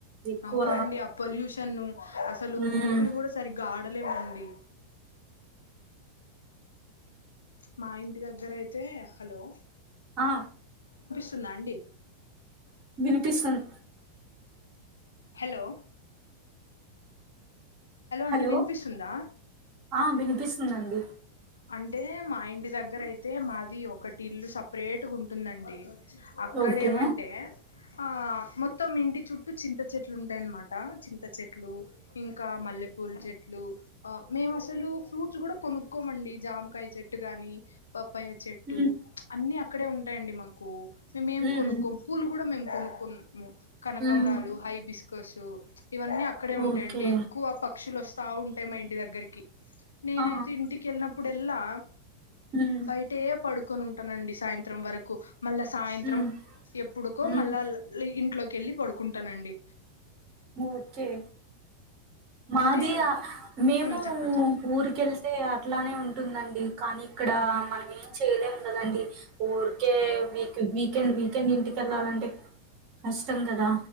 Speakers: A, on the right; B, on the left.
A: ఎక్కువ
B: అవునండి ఆ పొల్యూషన్ అసలు
A: మ్మ్
B: ఊపిరి కూడా సరిగ్గా ఆడలేమండి మా ఇంటి దగ్గర అయితే హలో
A: ఆ
B: తున అండి
A: వినిపిస్తుద్
B: హలో
A: హలో
B: అండి వినిపిస్తుందా
A: ఆ వినిపిస్తుందండి
B: అంటే మా ఇంటి దగ్గర అయితే మాది ఒకటి ఇల్లు సాపరేట్ గా ఉంటుందండి అక్కడ
A: ఓకే
B: ఏమంటే ఆహ మొత్తం ఇంటి చుట్టూ చింత చెట్లు ఉంటాయన్నమాట చింత చెట్లు ఇంకా మల్లెపూల చెట్లు మేము అసలు ఫ్రూట్స్ కూడా కొనుక్కోమండి జామకాయ చెట్టు గాని పప్పాయ చెట్టు
A: మ్మ్
B: అన్ని అక్కడే ఉంటాయండి మాకు మేమేం
A: మ్మ్
B: కొనుక్కోము పూలు కూడా మేము కొనుక్కుము కనకంబరాలు
A: మ్మ్
B: హై బిస్కర్స్ ఇవన్నీ అక్కడే ఉంటాయండి
A: ఓకే
B: ఎక్కువ పక్షులు వస్ బావుంటాయి మా ఇంటి దగ్గరికి నేనైతే
A: ఆ
B: ఇంటికి వెళ్ళినప్పుడు ఎల్లా
A: మ్మ్
B: బయటే పడుకొని ఉంటానండి సాయంత్రం వరకు మళ్ళా సాయంత్రం
A: మ్మ్
B: ఎప్పుడుకో
A: మ్మ్
B: మళ్ళా ల లీ ఇంట్లోకి వెళ్ళి పడుకుంటానండి
A: ఓకే మాది
B: అంటే
A: మేము
B: ఉమ్ చెప్పండి చెప్పండి
A: ఊరికెళ్తే అట్లానే ఉం టుందండి కానీ ఇక్కడ మనం ఏం చేయలేం కదండి ఊరికే వీక్ వీకెండ్ వీకెండ్ ఇంటికెళ్ళాలంటే కష్టం కదా